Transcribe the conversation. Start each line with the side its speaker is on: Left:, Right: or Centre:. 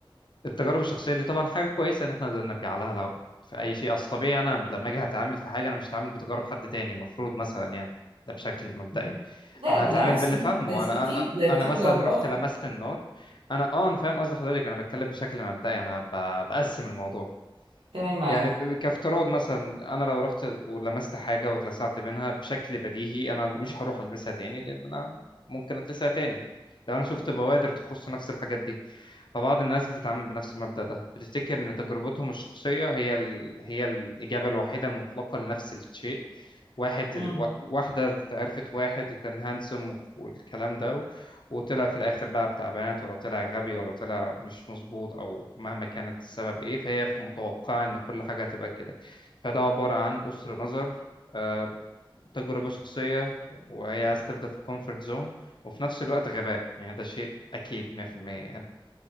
Left: التجارب الشخصية دي طبعا حاجة كويسة إن إحنا نقدر نرجع لها لو في أي شيء أصل طبيعي أنا لما أجي هتعامل في حاجة أنا مش هتعامل بتجارب حد تاني المفروض مثلا يعني ده بشكل مبدئي
Right: مم. لا
Left: أنا
Right: بالعكس
Left: هتعامل باللي فاهمه
Right: بنستفيد
Left: أنا أنا
Right: بشكل
Left: أنا مثلا
Right: او باخر
Left: رحت لمست النار أنا أه أنا فاهم قصد حضرتك أنا بتكلم بشكل مبدئي أنا ب- بقسم الموضوع
Right: تمام معاك
Left: يعني كافتراض مثلا انا لو رحت ولمست حاجه واتلسعت منها بشكل بديهي انا مش هروح المسها تاني لان انا ممكن اتلسع تاني لو انا شفت بوادر تخص نفس الحاجات دي فبعض الناس بتتعامل بنفس المبدأ ده بتفتكر إن تجربتهم الشخصية هي ال... هي الإجابة الوحيدة المطلقة لنفس الشيء واحد
Right: مم.
Left: و... واحدة عرفت واحد وكان هانسوم والكلام ده و... وطلع في الآخر بقى بتاع بنات ولا طلع غبي ولا طلع مش مظبوط أو مهما كانت السبب إيه فهي في متوقعة إن كل حاجة هتبقى كده فده عبارة عن قصر نظر آه، تجربة شخصية وهي عايزة تفضل في الكومفورت زون وفي نفس الوقت غباء يعني ده شيء أكيد 100% يعني